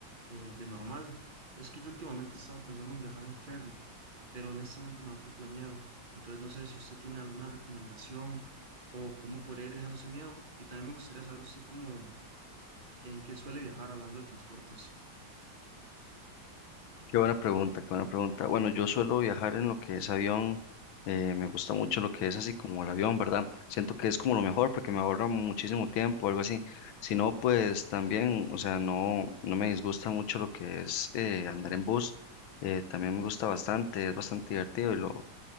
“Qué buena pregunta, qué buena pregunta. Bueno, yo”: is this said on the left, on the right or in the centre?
Left